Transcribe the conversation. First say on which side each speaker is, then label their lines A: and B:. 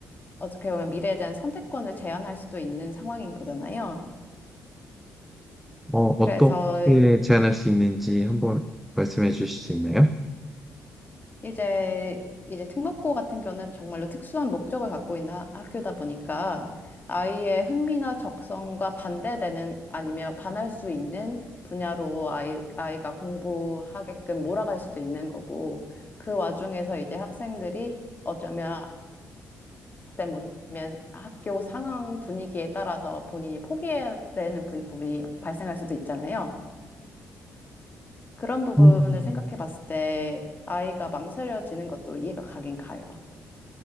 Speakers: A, on the left; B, in the centre.
A: 어떻게 보면 미래에 대한 선택권을 제한할 수도 있는 상황인 거잖아요.
B: 어, 어떻게
A: 그래서
B: 제안할 수 있는지 한번 말씀해 주실 수 있나요?
A: 이제 이제 특목고 같은 경우는 정말로 특수한 목적을 갖고 있는 하- 학교다 보니까 아이의 흥미나 적성과 반대되는 아니면 반할 수 있는 분야로 아이, 아이가 공부하게끔 몰아갈 수도 있는 거고 그 와중에서 이제 학생들이 어쩌면 때문에 학교 상황 분위기에 따라서 본인이 포기해야 되는 부- 부분이 발생할 수도 있잖아요. 그런 부분을
B: 음,
A: 생각해 봤을 때 아이가 망설여지는 것도 이해가 가긴 가요.